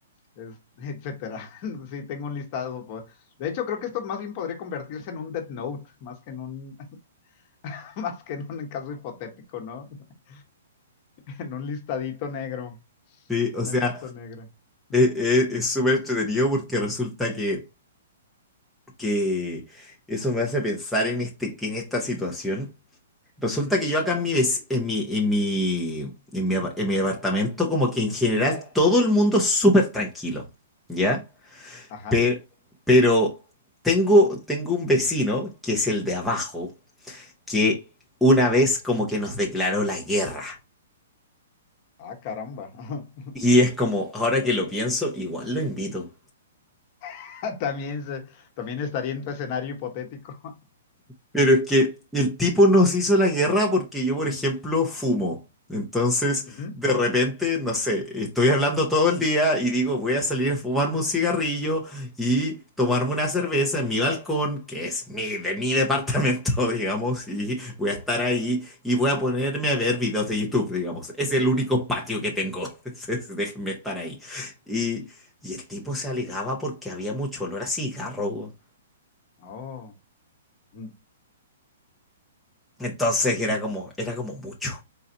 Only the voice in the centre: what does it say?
Sí,
o
sea,
eh, eh, es súper entretenido porque resulta que, que eso me hace pensar en, este, que en esta situación. Resulta
que yo acá en mi, vec- en mi, en mi, en mi, apa- en mi departamento, como que en general todo el mundo es súper tranquilo, ¿ya?
Pero, pero tengo, tengo un vecino, que es el de abajo, que una vez como que nos declaró la guerra.
Y es como, ahora que lo pienso, igual lo invito.
Pero es que el tipo nos hizo la guerra porque yo, por ejemplo, fumo. Entonces,
de repente, no sé, estoy hablando todo el día y digo, voy a salir a fumarme un cigarrillo y tomarme una cerveza en mi balcón, que es mi, de mi departamento, <laughs> digamos, y voy a estar ahí y voy a ponerme a ver videos de YouTube, digamos. Es el único patio que tengo. <laughs> Entonces, Déjenme estar ahí. Y, y el tipo se alegaba porque había mucho olor a cigarro.
Entonces
era como, era como mucho.